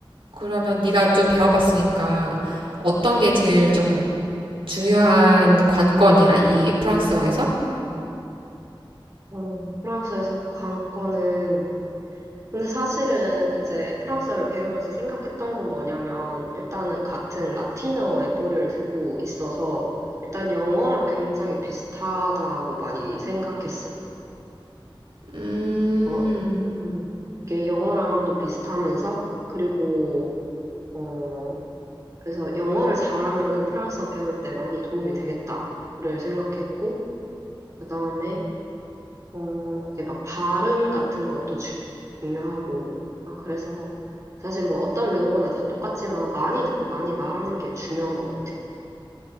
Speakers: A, on the right; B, on the right.
A: 그러면 네가 좀 배워봤으니까 어떤 게 제일 좀 중요한 관건이야, 이 프랑스어에서?
B: 어, 프랑스에서 관건은 근데 사실은 이제 프랑스어를 배우면서 생각했던 건 뭐냐면 일단은 같은 라틴어의 뿌리를 두고 있어서 일단 영어랑 굉장히 비슷하다고 많이 생각했어.
A: 음,
B: 그래서 음, 이게 영어랑도 비슷하면서 그리고 어 그래서 영어를 잘하면은 프랑스어 배울 때 많이 도움이 되겠다를 생각했고 그다음에 어 이게 막 발음 같은 것도 주- 중요하고 아 그래서 사실 뭐 어떤 외국어나 다 똑같지만 많이 듣고 많이 말하는 게 중요한 것 같아.